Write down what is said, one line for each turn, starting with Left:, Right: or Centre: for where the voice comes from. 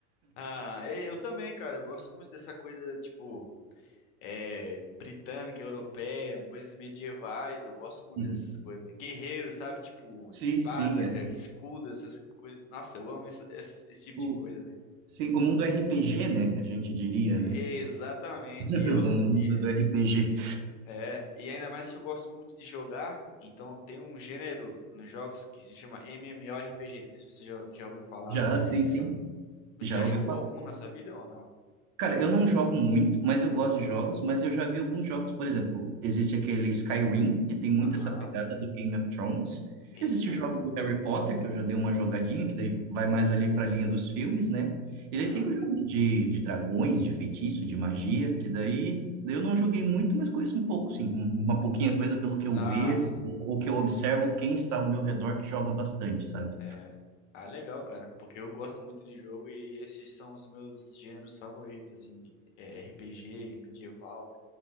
Left: Ah, e eu também, cara. Eu gosto muito dessa coisa, tipo. é, britânica, europeia, coisas medievais. Eu gosto muito
Right: Uhum.
Left: dessas coisas. né? Guerreiro, sabe? Tipo,
Right: Sim,
Left: espada,
Right: sim. é.
Left: é, escudo, essas coisas. Nossa, eu amo essa- essas- esse, tipo
Right: O-
Left: de coisa, velho.
Right: Sim, o mundo RPG, né? A gente diria,
Left: Exatamente.
Right: né? <laughs>
Left: E eu s-
Right: O mundo
Left: e-
Right: do RPG.
Left: é, e ainda mais que eu gosto muito de jogar, então tem um gênero nos jogos que se chama MMORPG. Não sei se você já, já ouviu falar
Right: Já,
Left: ou se você
Right: sim, sim.
Left: já Você
Right: Já
Left: já
Right: ouvi
Left: jogou algum na sua vida ou não?
Right: Cara, eu não jogo muito, mas eu gosto de jogos, mas eu já vi alguns jogos, por exemplo, existe aquele Skyrim, que tem muito
Left: Aham.
Right: essa pegada do Game of Thrones.
Left: Exato.
Right: Existe o jogo do Harry Potter, que eu já dei uma jogadinha, que daí vai mais ali para a linha dos filmes, né? E
Left: Aham.
Right: daí tem os jogos de, de dragões, de feitiço, de magia, que daí eu não joguei muito, mas conheço um pouco, sim, um- uma pouquinha coisa pelo que eu
Left: Ah,
Right: vejo,
Left: sim.
Right: ou que eu observo quem está ao meu redor que joga bastante, sabe?
Left: É. Ah, legal, cara. Porque eu gosto muito de jogo e esses são os meus gêneros favoritos, assim. é, RPG, medieval,